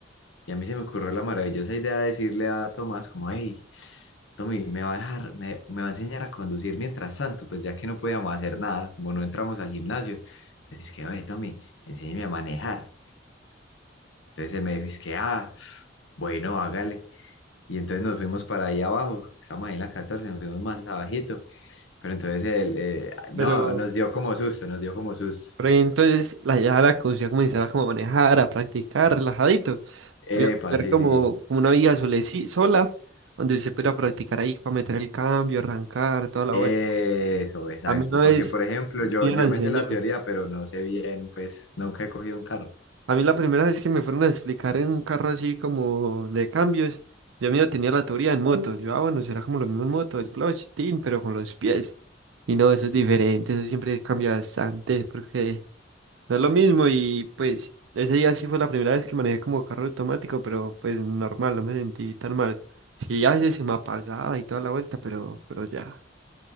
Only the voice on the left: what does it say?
Y a mí se me ocurrió la maravillosa idea de decirle a Tomás como, hey, Tommy, me va a dejar, me, me va a enseñar a conducir mientras tanto, pues ya que no podíamos hacer nada, como no entramos al gimnasio. Entonces es que, oye, Tommy, enséñame a manejar. Entonces él me dijo, es que, ah, bueno, hágale. Y entonces nos fuimos para ahí abajo, estamos ahí en la 14 nos fuimos más abajito. Pero entonces él, eh, no,
nos dio como susto, nos dio como susto.
Epa,
sí,
sí, sí.
Eso,
exacto.
Porque, por ejemplo,
yo,
yo
me sé la teoría, pero no sé bien, pues nunca he cogido un carro.